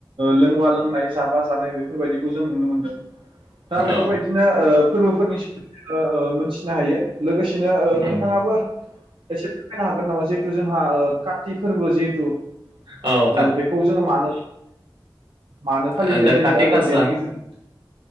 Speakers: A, on the right (about 85°); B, on the right (about 70°).
A: लोंबा लोंनाय जाबा जानाय बेफोरबायदिखौ जों नुनो मोनदों। दा बेफोरबायदिनो
B: औ
A: ओ फोरबोफोरनि सो मोनथिनो हायो। लोगोसेनो ओ नोंथाङाबो
B: उम
A: एसे फोरमायनो हागोन नामा जिहेथु जोंहा ओ का थि फोरबो जिहेतु ओ
B: औ
A: बेखौ जोङो मानो। मानो फालिनाय
B: आ दा
A: जायो
B: खाथि
A: आरो
B: गासा
A: बेनि गेजेरजों